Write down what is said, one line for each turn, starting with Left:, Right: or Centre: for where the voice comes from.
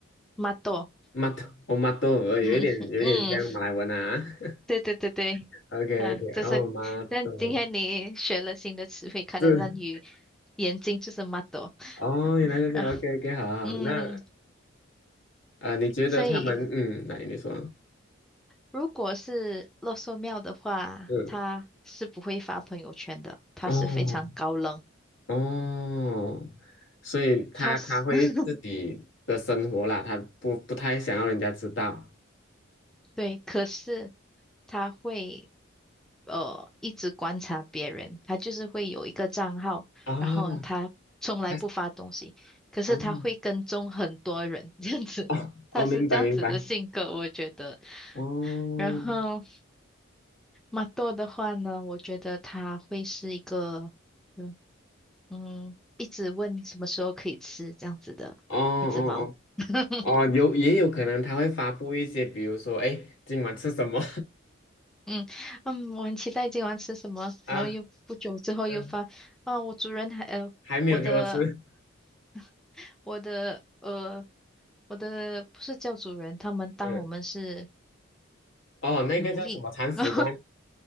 Centre: 马豆。
Left: 马豆，哦，马豆，呃，有一点，
Centre: <laughs> 嗯嗯，
Left: 有一点像马来文啊。<laughs>
Centre: 对对对对，
Left: OK，OK，
Centre: 啊，就是，
Left: 哦，马豆
Centre: 但今天你学了新的词汇，可能让你
Left: 是，
Centre: 眼睛就是 m 多，<laughs>
Left: 哦，原来是这样。
Centre: 然后
Left: OK，OK，好好。
Centre: 嗯，
Left: 那啊、呃你觉得他们，
Centre: 所以
Left: 嗯，来，你说，
Centre: 如果是洛寿庙的话，
Left: 嗯，
Centre: 他是不会发朋友圈的，他是非常高冷，
Left: 哦，哦，所以他他会自己的生活啦，
Centre: 他是 <laughs>
Left: 他不不太想要人家知道
Centre: 对，可是他会。呃一直观察别人，他就是会有一个账号，
Left: 啊。哦，
Centre: 然后他从来不发东西，
Left: 他，
Centre: 可是他会跟踪很多人，
Left: 哦，
Centre: 这样子，
Left: 哦，哦，
Centre: 他是这样子的性格，
Left: 明白，明白。
Centre: 我觉得。
Left: 哦，
Centre: 然后马豆的话呢，我觉得他会是一个，嗯嗯，一直问什么时候可以吃这样子的一只猫。
Left: 哦哦
Centre: <laughs>
Left: 哦哦，有也有可能他会发布一些，比如说，哎，诶今晚吃什么？
Centre: 嗯嗯，我很期待今晚吃什么，
Left: <laughs>
Centre: 然后又不久之后又发，
Left: 啊。<laughs> 嗯
Centre: 啊，我主人还呃，
Left: 还没有给我吃，
Centre: 我的
Left: <laughs>
Centre: <laughs> 我的呃，我的不是教主人，他们当我们是
Left: 嗯，哦，那个叫什么铲屎官，
Centre: 奴隶。<laughs>